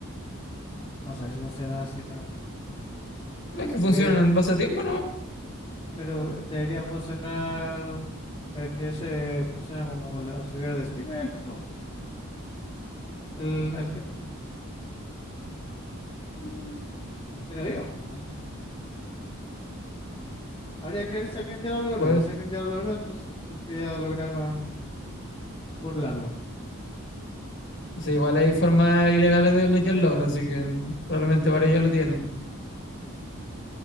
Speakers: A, on the left; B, on the left.
A: No sé si funciona así, la-
B: No es que
A: pero
B: funcionan
A: yo-
B: en base a tiempo nomás.
A: pero deberían funcionar Pero es que ese funciona como con la servidor de Steam, me imagino. El, el tiempo,
B: Mm,
A: creo yo. No sé. Habría que ver si alguien ya lo logró.
B: Pues,
A: pues, Si alguien ya lo logró, entonces, porque ya lograron burlarlo?
B: o sea, igual hay formas ilegales de desbloquearlo logros así que mm, probablemente ahora ya lo tienen.